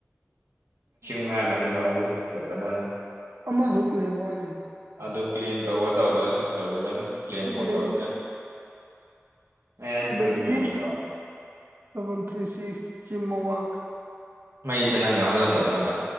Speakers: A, on the right; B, on the right.
A: ꯉ ꯅꯨꯡꯉꯥꯏꯕ
B: ꯑꯃꯁꯨ ꯀ꯭ꯂꯦꯝ ꯋꯥꯠꯂꯤ
A: ꯑꯗꯨ ꯀ꯭ꯂꯦꯝ ꯇꯧꯕꯒ ꯇꯧꯗ ꯁꯤꯇꯔꯨꯗ ꯀ꯭ꯂꯦꯝ ꯀꯨꯝ
B: ꯌꯦꯡꯒꯦ
A: ꯇꯧꯔꯁꯦ ꯑꯦ ꯌꯥꯖ
B: ꯑꯗꯒꯤ
A: ꯐ ꯅꯗꯥꯎ
B: ꯗꯕꯜ ꯊ꯭ꯔꯤ ꯁꯤꯛꯁ ꯖꯤꯃꯣ ꯋꯥꯥꯛ
A: ꯃꯩꯁꯦ ꯅꯪ ꯌꯥꯎꯍꯜꯂꯝꯗꯕ ꯅꯠꯇ꯭ꯔꯥ